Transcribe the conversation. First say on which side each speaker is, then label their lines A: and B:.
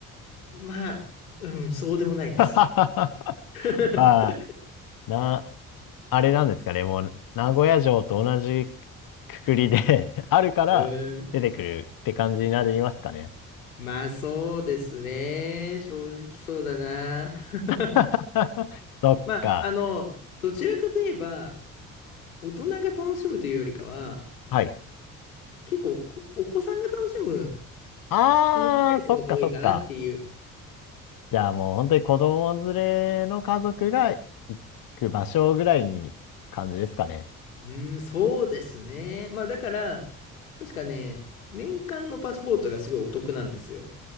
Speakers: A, on the left (about 80°); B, on the left (about 55°).
A: まあ、うん、そうでもないです。
B: <laughs>
A: <laughs>
B: まあ、な、あれなんですかね、もう、名古屋城と同じくくりで <laughs> あるから出てくるって感じになりますかね。
A: うん。まあ、そうですね。正直そうだな。<laughs>
B: <laughs> そっか。
A: まあ、あの、どちらかといえば、大人が楽しむというよりかは、
B: はい。
A: 結構こお子さんが楽しむ、
B: あー、
A: 楽しめるものが多いかなっていう。
B: そっかそっか。じゃあもう本当に子供連れの家族が行く場所ぐらいに感じですかね。
A: うん、そうですね。まあ、だから、確かね、年間のパスポートがすごいお得なんですよ。